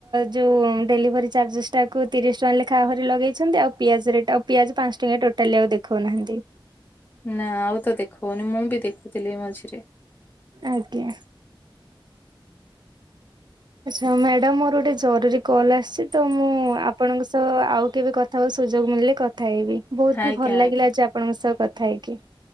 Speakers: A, on the right; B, on the left.
A: ଯୋଉଁ ଡେଲିଭରି ଚାର୍ଜେସ ଟାକୁ ତିରିଶ ଟଙ୍କା ଲେଖା ଭରି ଲଗାଇଛନ୍ତି ଆଉ। ପିଆଜରେ ଆଉ ପିଆଜ ପାଞ୍ଚ ଟଙ୍କା ଟୋଟାଲି ଆଉ ଦେଖଉନାହାନ୍ତି।
B: ନା ଆଉ ତ ଦେଖଉନି ମୁଁ ବି ଦେଖୁଥିଲି ମଝିରେ।
A: ଆଜ୍ଞା। ଆଛା ମ୍ୟାଡାମ ମୋର ଗୋଟେ ଜରୁରୀ କଲ୍ ଆସିଛି। ତ ମୁଁ ଆପଣଙ୍କ ତ ଆଉ କେବେ କଥା ହେବାକୁ ସୁଯୋଗ ମିଳିଲି କଥା ହେବି। ବହୁତ
B: ଆଜ୍ଞା
A: ବି ଭଲ ଲାଗିଲା
B: ଆଜ୍ଞା
A: ଆଜି ଆପଣଙ୍କ ସହ କଥା ହେଇକି